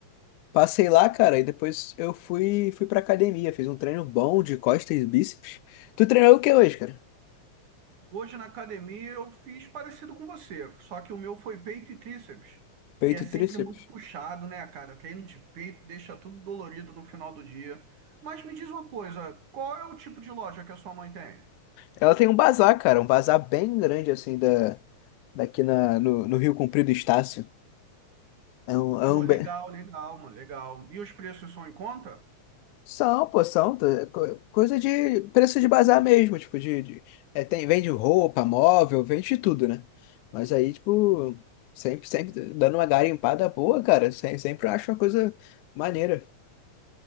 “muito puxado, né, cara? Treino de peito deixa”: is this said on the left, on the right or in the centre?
Right